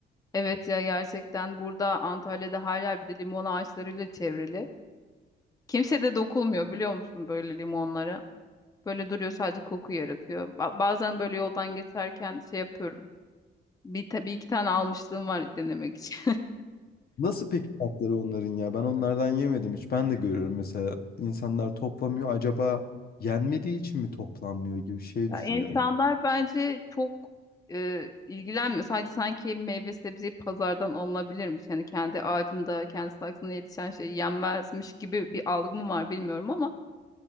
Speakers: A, on the left; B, on the left.
A: Evet ya gerçekten burada Antalya'da her yer bir de limon ağaçlarıyla çevrili. Kimse de dokulmuyor biliyor musun böyle limonlara. Böyle duruyor sadece koku yaratıyor. Ba- bazen böyle yoldan geçerken şey yapıyorum. Bir, ta- bir iki tane almışlığım var denemek için.
B: Nasıl peki tatları onların ya? Ben onlardan yemedim hiç. Ben de görüyorum mesela insanlar toplamıyor. Acaba yenmediği için mi toplanmıyor gibi şey
A: Ya
B: düşünüyorum.
A: insanlar bence çok e, ilgilenmiyor. Sadece sanki meyve sebzeyi pazardan alınabilirmiş. Yani kendi ağacında, kendi saksında yetişen şey yenmezmiş gibi bir algı mı var bilmiyorum ama